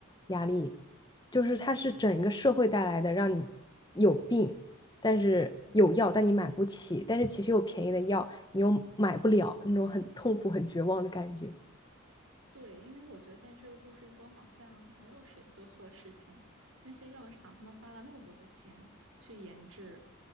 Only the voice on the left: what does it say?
压力，就是它是整个社会带来的，让你有病，但是有药，
但你买不起，但是其实有便宜的药，你又买不了，那种很痛苦、很绝望的感觉。